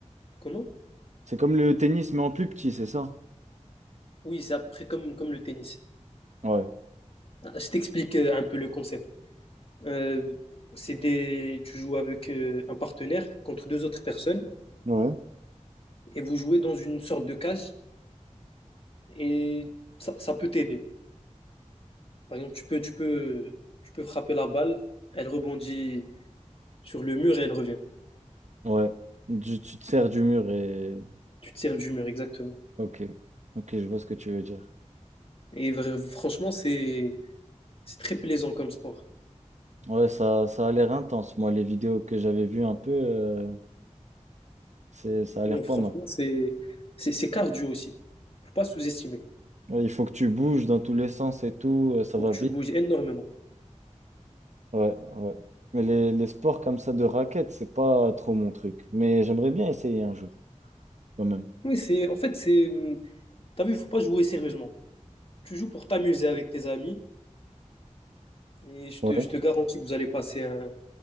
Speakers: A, on the left; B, on the right.
A: Comment?
B: C'est comme le tennis, mais en plus petit, c'est ça?
A: Oui, c'est à peu près comme, comme le tennis.
B: Ouais.
A: Ah, Je t'explique euh, un peu le concept. Euh, c'est des, tu joues avec euh, un partenaire contre deux autres personnes
B: Ouais.
A: et vous jouez dans une sorte de cage et ça, ça peut t'aider. Par exemple, tu peux, tu peux, tu peux frapper la balle, elle rebondit sur le mur et elle revient.
B: Ouais. Tu, tu te sers du mur et
A: Tu te sers du mur, exactement.
B: Ok, ok, je vois ce que tu veux dire.
A: Et vra- franchement, c'est, c'est très plaisant comme sport.
B: Ouais, ça, ça a l'air intense. Moi, les vidéos que j'avais vues un peu, euh, c'est, ça a
A: Hum,
B: l'air
A: Franchement,
B: pas mal.
A: c'est, c'est, c'est cardio aussi. Faut pas sous-estimer.
B: Ouais, Il faut que tu bouges dans tous les sens et tout, euh, ça
A: Faut
B: va
A: que
B: vite.
A: tu bouges énormément.
B: Ouais, ouais. Mais les, les sports comme ça de raquettes, c'est pas trop mon truc. Mais j'aimerais bien essayer un jour, quand même.
A: Oui, c'est, en fait, c'est, T'as vu, il faut pas jouer sérieusement. Tu joues pour t'amuser avec tes amis et je
B: Ouais,
A: te, je te garantis que vous allez passer un,